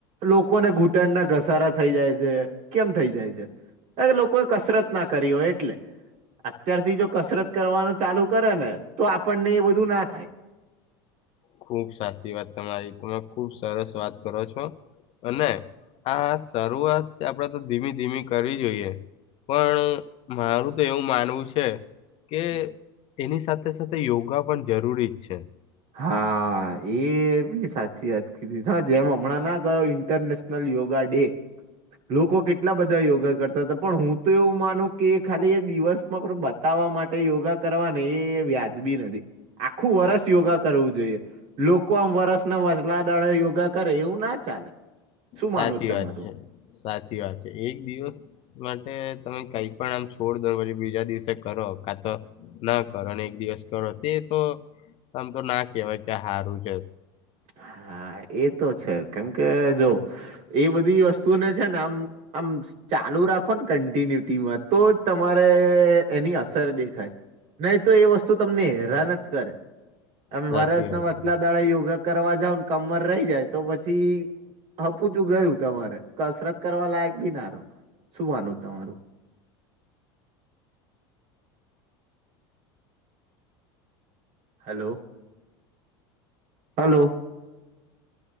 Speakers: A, on the right; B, on the left.
A: લોકોને ઘૂંટણના ઘસારા થઈ જાય છે કેમ થઈ જાય છે એ લોકોએ કસરત ના કરી હોય એટલે અત્યારથી જો કસરત કરવાનું ચાલુ કરે ને તો આપણને એ બધું ના થાય
B: ખુબ સાચી વાત તમારી તમે ખુબ સરસ વાત કરો છો અને આ શરૂઆત આપડે તો ધીમી ધીમી કરવી જોઈએ પણ મારું તો એવું માનવું છે કે એની સાથે સાથે યોગા પણ જરૂરી જ છે
A: હા એ બી સાચી વાત કીધી તમે જેમ હમણાં ના ગયો ઇન્ટરનેશનલ યોગા કડે લોકો કેટલા બધા યોગા કરતા હતા પણ હું તો એવું માનું કે ખાલી એ દિવસમાં પણ બતાવ મૂકવા માટે યોગા કરવાને એ વ્યાજબી નથી આખું વરસ યોગા કરવું જોઈએ લોકો આમ વરસ ના વચલા દાડે યોગા કરે એવું ના ચાલે શું
B: સાચી
A: માનવું તમારું
B: વાત છે સાચી વાત છે એક દિવસ માટે તમે કંઈ પણ આમ છોડ દો પછી બીજા દિવસે કરો આ તો ના કરો અને એક દિવસ કરો તે તો આમ તો ના કેહેવાય કે હારુ છે
A: હા એ તો છે કેમ કે જો એ બધી વસ્તુને ને આમ આમ ચાલુ રાખો ને કન્ટિન્યુટીમાં તો જ તમારે એની અસ <unintelligible> દેખાય નહી તો એ વસ્તુ તમને હેરાન જ કરે તમે
B: સાચી
A: વરસ
B: વાત
A: ના વચલા
B: છે
A: દાડે યોગા કરવા જાવ ન કમર રહી જાય તો પછી હપુચુ ગયું તમારે કસરત કરવા લાયક બિ નારો શું માનવું તમારું હલોવ હલો